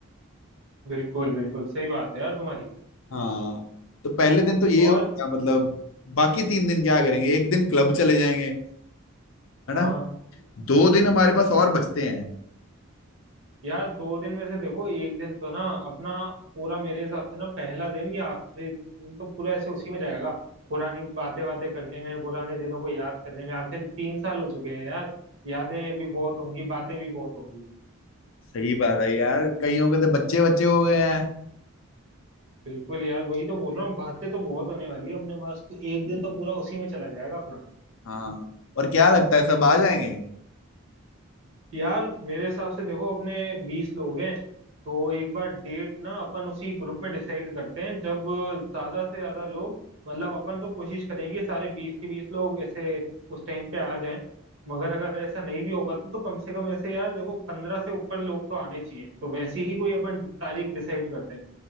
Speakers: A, on the right; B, on the left.
A: बिल्कुल बिल्कुल सही बात है यार तुम्हारी
B: हाँ तो पहले दिन तो ये
A: और
B: होगा मतलब बाकी तीन दिन क्या करेंगे एक दिन क्लब चले जाएंगे है
A: हाँ
B: ना दो दिन हमारे पास और बचते हैं
A: यार दो दिन में से देखो एक दिन तो ना अपना पूरा मेरे हिसाब से ना पहला दिन या आखिरी दिन तो पूरा ऐसे उसी में जाएगा पुरानी बातें बातें करने में पुराने दिनों को याद करने में आखिर तीन साल हो चुके हैं यार यादें भी बहुत होंगी बातें भी बहुत होंगी
B: सही बात है यार कईयों के तो बच्चे बच्चे हो गए हैं
A: बिल्कुल यार वही तो बोल रहा हूँ बातें तो बहुत होने वाली है अपने पास तो एक दिन तो पूरा उसी में चला जाएगा अपना
B: हाँ और क्या लगता है सब आ जाएंगे
A: यार मेरे हिसाब से देखो अपने बीस लोग हैं तो एक बार डेट ना अपन उसी ग्रुप में डिसाइड करते हैं जब ज्यादा से ज्यादा लोग मतलब अपन तो कोशिश करेंगे सारे बीस के बीस लोग ऐसे उस टाइम पे आ जाएं मगर अगर ऐसा नहीं भी हो पाता तो कम से कम ऐसे यार देखो पंद्रह से ऊपर लोग तो आने चाहिए तो वैसी ही कोई अपन तारीख डिसाइड करते हैं